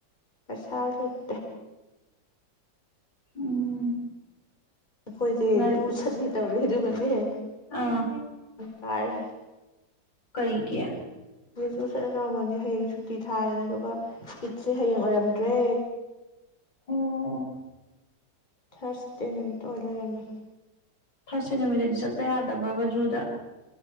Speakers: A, on the left; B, on the left.
A: ꯄꯩꯁꯥ ꯂꯩꯠ
B: ꯎꯝ
A: ꯑꯈꯣꯏꯖꯦ
B: ꯂꯥꯏ
A: ꯖꯨ ꯁꯠꯅꯤ ꯇ ꯍꯁꯨꯒꯅꯤꯍꯦ
B: ꯑꯥ
A: ꯇꯔ
B: ꯀꯩꯒ
A: ꯁꯨ ꯁꯠꯂ ꯌꯥꯧꯔꯝꯃꯅꯦ ꯍꯌꯦꯡ ꯁꯨꯇꯤ ꯊꯥꯏꯌꯦꯅ ꯑꯗꯨꯒ ꯀꯤꯠꯁꯦ ꯍꯌꯦꯡ ꯑꯣꯏꯔꯝꯗ꯭ꯔꯦ
B: ꯑꯣꯝ
A: ꯊꯔꯁ ꯇꯅꯃꯤ ꯊ ꯂꯩ ꯂꯃꯦ
B: ꯊꯥꯔꯠ ꯁꯦꯇꯃꯤꯇꯔꯗꯤ ꯆꯠꯄ ꯌꯥꯗꯕ꯭ꯔ ꯕ ꯖꯨꯗ